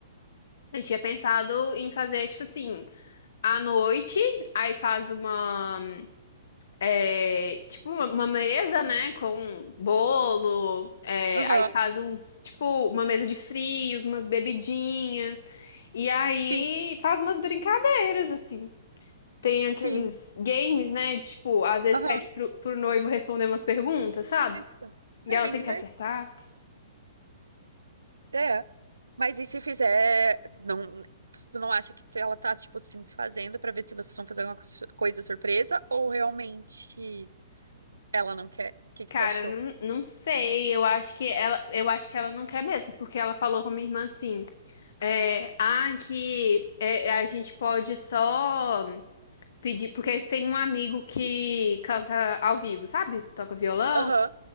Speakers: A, on the left; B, on the right.
A: Eu tinha pensado em fazer, tipo assim, à noite, aí faz uma. é, tipo, uma uma mesa, né? Com bolo, é,
B: Aham,
A: aí faz uns. Tipo, uma mesa de frios, umas bebidinhas. E aí
B: sim,
A: faz umas brincadeiras, assim. Tem
B: sim,
A: aqueles games, né? De, tipo, às vezes
B: aham,
A: pede pro, pro noivo responder umas perguntas, sabe?
B: isso.
A: E
B: É
A: ela
B: bem
A: tem
B: divertido.
A: que acertar.
B: É, mas e se fizer, não, tu não acha que ela tá, tipo assim, se fazendo pra ver se vocês vão fazer alguma co- coisa surpresa ou realmente ela não quer? O que que
A: Cara,
B: tu achou?
A: não, não sei. Eu acho que ela, eu acho que ela não quer mesmo, porque ela falou com a minha irmã assim, é, ah, que é, a gente pode só pedir, porque eles têm um amigo que canta ao vivo, sabe? Toca violão.
B: Aham,